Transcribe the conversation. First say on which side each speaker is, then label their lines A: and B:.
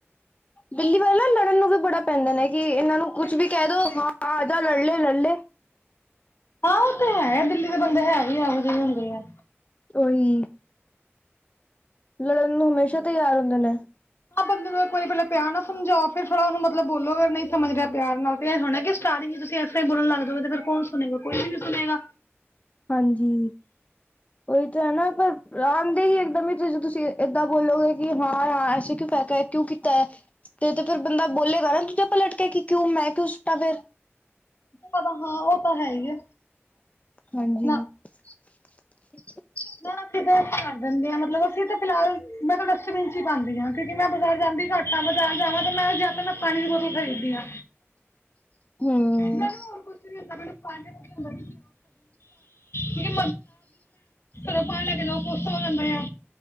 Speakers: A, on the left (about 30°); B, on the left (about 65°).
A: ਦਿੱਲੀ ਵੱਲ ਨਾ ਲੜਨ ਨੂੰ ਵੀ ਬੜਾ ਪੈਂਦੇ ਨੇ ਕੀ ਇਹਨਾਂ ਨੂੰ ਕੁਛ
B: ਦਿੱਲੀ
A: ਵੀ ਕਹਿ
B: ਦੇ
A: ਦੋ
B: ਬੰਦੇ
A: ਹਾਂ ਆ ਜਾ ਲੜ ਲੈ ਲੜ ਲੈ।
B: ਹਾਂ ਉਹ ਤਾਂ ਹੈ ਦਿੱਲੀ ਦੇ ਬੰਦੇ ਹੈ ਵੀ ਇਹੋ ਜਿਹੇ ਹੁੰਦੇ ਆ।
A: ਉਹੀ। ਲੜਨ ਨੂੰ ਹਮੇਸ਼ਾ ਤਿਆਰ ਹੁੰਦੇ ਨੇ।
B: ਆਹ ਬੰਦੇ ਨੂੰ ਇੱਕ ਵਾਰੀ ਪਹਿਲਾਂ ਪਿਆਰ ਨਾਲ ਸਮਝਾਓ ਫਿਰ ਥੋੜਾ ਉਹਨੂੰ ਮਤਲਬ ਬੋਲੋ ਫਿਰ ਨਹੀਂ ਸਮਝ ਰਿਹਾ ਪਿਆਰ ਨਾਲ ਤੇ ਇਹ ਹੋਣਾ ਕੀ ਸਟਾਟਿੰਗ ਤੁਸੀਂ ਇਸ ਤਰ੍ਹਾਂ ਹੀ ਬੋਣ ਲੱਗ ਜਾਓਗੇ ਫੇਰ ਕੌਣ ਸੁਣੇਗਾ ਕੋਈ ਨੀ ਸੁਣੇਗਾ।
A: ਹਾਂਜੀ। ਉਹੀ ਤਾਂ ਹੈ ਨਾ ਪਰ, ਆਉਣ ਦੇ ਹੀ ਇੱਕ ਦਮ ਤੁਸੀਂ ਏਦਾਂ ਬੋਲੋਗੇ ਕਿ ਹਾਂ- ਹਾਂ ਐਸੇੈ‌ ਕਿਉ ਫੇ ਤੇ ਏ ਕਿਉਂ ਕੀਤਾ ਐ। ਤੇ ਫ਼ਿਰ ਬੰਦਾ ਬੋਲੇਗਾ ਨਾ ਦੂਜੇ ਆਪਾਂ ਲੜਕੇ ਕਿ ਕਿਉਂ ਮੈਂ ਕਿਉਂ ਸੁੱਟਾ ਫੇਰ।
B: ੳ ਪਤਾ ਹਾਂ ਉਹ ਤਾਂ ਹੈ ਹੀ ਐ
A: ਹਾਂਜੀ
B: ਨਾ।
A: <unintelligible>
B: ਤੇ ਅਸੀ ਘਰ ਦਿੰਦੇ ਹਾਂ ਮਤਲਬ ਅਸੀਂ ਤਾਂ ਫਿਲਹਾਲ ਮੈਂ ਤਾਂ ਡਸਟਬਿਨ ਚ ਹੀ ਪਾਉਂਦੀ ਹਾਂ ਕਿਉਂਕਿ ਮੈਂ ਬਾਜ਼ਾਰ ਜਾਂਦੀ ਘੱਟ ਤਾਂ ਬਾਜ਼ਾਰ ਜਾਵਾਂ ਤੇ ਮੈਂ ਜਾ ਕੇ ਮੈਂ ਪਾਣੀ ਦੀ ਬੋਤਲ ਖਰੀਦੀ ਹਾਂ।
A: ਹਮ
B: ਮੈਨੂੰ ਹੋਰ ਕੁਛ ਨੀ ਪਹਿਲੇ ਪਾਣੀ ਦੀ ਬੋਤਲ <unintelligible> ਕੋਈ ਹੋ ਪਾ ਲੈਂਦੇ ਲੋਕ ਆ ਗੁੱਸਾ ਹੋ ਜਾਂਦੇ ਆ।